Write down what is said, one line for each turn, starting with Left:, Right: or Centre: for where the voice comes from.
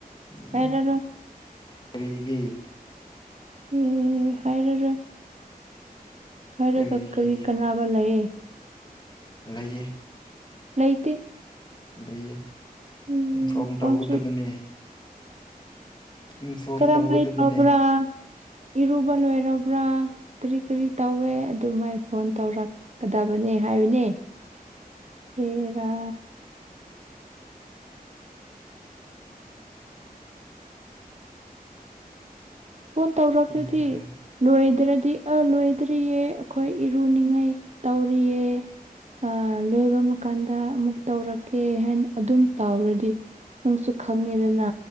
Left: ꯎꯝ
Right: ꯍꯥꯏꯔꯔꯣꯏ
Left: ꯀꯔꯤꯒꯤ
Right: ꯑꯦ ꯍꯥꯏꯔꯔꯣꯏ ꯍꯥꯏꯔꯒ
Left: ꯀꯔꯤꯒꯤ
Right: ꯀꯔꯤ ꯀꯥꯟꯅꯕ ꯂꯩꯌꯦ
Left: ꯂꯩꯌꯦ
Right: ꯂꯩꯇꯦ
Left: ꯂꯩꯌꯦ
Right: ꯎꯝ
Left: ꯏꯟꯐꯣꯔꯝ
Right: ꯐꯣꯟꯁꯨ
Left: ꯇꯧꯒꯗꯕꯅꯦ ꯏꯟꯐꯣꯔꯝ
Right: ꯀꯔꯝ
Left: ꯇꯧꯒꯗꯕꯅꯦ
Right: ꯍꯥꯏ ꯇꯧꯕ꯭ꯔꯥ ꯏꯔꯨꯕ ꯂꯣꯏꯔꯕ꯭ꯔꯥ ꯀꯔꯤ ꯀꯔꯤ ꯇꯧꯋꯦ ꯑꯗꯨꯃꯥꯏ ꯐꯣꯟ ꯇꯧꯔꯛꯀꯗꯕꯅꯦ ꯍꯥꯏꯕꯅꯦ ꯍꯦꯔꯥ ꯐꯣꯟ ꯇꯧꯔꯛꯄꯗꯤ
Left: ꯍꯦꯔꯥ
Right: ꯂꯣꯏꯗ꯭ꯔꯗꯤ ꯑꯥ ꯂꯣꯏꯗ꯭ꯔꯤꯌꯦ ꯑꯈꯣꯏ ꯏꯔꯨꯅꯤꯡꯉꯥꯏ ꯇꯧꯔꯤꯌꯦ ꯑꯥꯥ ꯂꯣꯏꯕ ꯃ ꯀꯥꯟꯗ ꯑꯃꯨꯛ ꯇꯧꯔꯛꯀꯦ ꯍꯥꯏꯅ ꯑꯗꯨꯝ ꯇꯥꯎꯔꯗꯤ ꯅꯪꯁꯨ ꯈꯪꯉꯦꯗꯅ